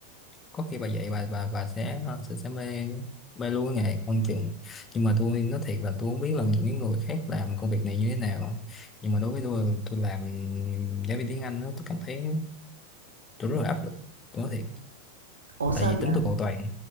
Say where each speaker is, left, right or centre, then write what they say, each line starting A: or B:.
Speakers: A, on the left; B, on the right.
A: có khi bà dạy bà bà bà sẽ sẽ, sẽ mê mê luôn cái nghề không chừng nhưng mà tôi nói thiệt là tôi không biết là những cái người khác làm công việc này như thế nào nhưng mà đối với tôi tôi làm giáo viên tiếng Anh đó, tôi cảm thấy tôi rất là áp lực tôi nói thiệt
B: ủa sao
A: tại vì
B: vậy?
A: tính tôi cầu toàn